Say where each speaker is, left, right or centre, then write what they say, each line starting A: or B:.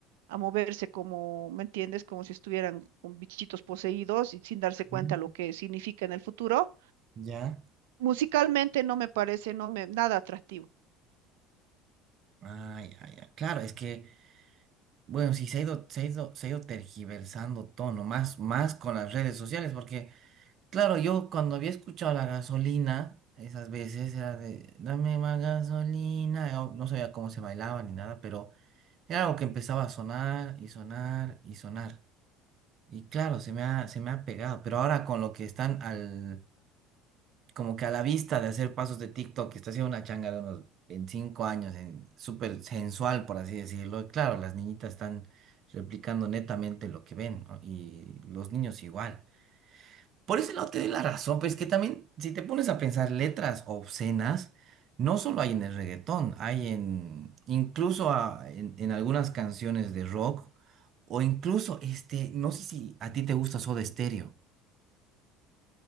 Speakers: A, on the right; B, on the right.
A: a moverse como, ¿me entiendes? Como si estuvieran con bichitos poseídos y sin darse cuenta
B: ujú,
A: lo que significa en el futuro.
B: ya,
A: Musicalmente no me parece, no me, nada atractivo.
B: ah, ya, ya. Claro, es que, bueno, sí, se ha ido, se ha ido, se ha ido tergiversando todo, ¿no? Más, más con las redes sociales, porque... Claro, yo cuando había escuchado la gasolina, esas veces era de, dame más gasolina, yo no sabía cómo se bailaba ni nada, pero era algo que empezaba a sonar y sonar y sonar. Y claro, se me ha, se me ha pegado, pero ahora con lo que están al, como que a la vista de hacer pasos de TikTok, que está haciendo una changa de unos 25 años, en- súper sensual, por así decirlo, y claro, las niñitas están replicando netamente lo que ven, ¿no? Y los niños igual. Por ese lado te doy la razón, pues que también, si te pones a pensar letras obscenas, no solo hay en el reggaetón, hay en, incluso a- en, en algunas canciones de rock, o incluso, este, no sé si a ti te gusta Soda Stereo.